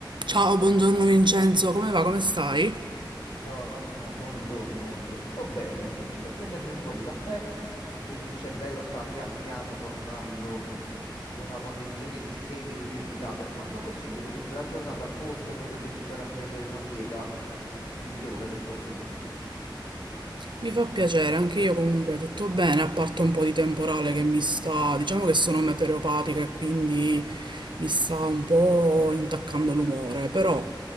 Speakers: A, on the right; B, on the left.
A: Ciao, buongiorno Vincenzo, come va? Come stai?
B: Ciao Martina, buongiorno. Tutto bene? Sono riuscito a prendermi un po' di caffè, quindi il cervello sta pian piano tornando ad una condizione di semilucidità per quanto possibile, quindi la giornata forse potrebbe iniziare a prendere una piega migliore per fortuna.
A: Mi fa piacere, anche io comunque tutto bene, a parte un po' di temporale che mi sta, diciamo che sono meteoropatica e quindi mi sta un po' intaccando l'umore, però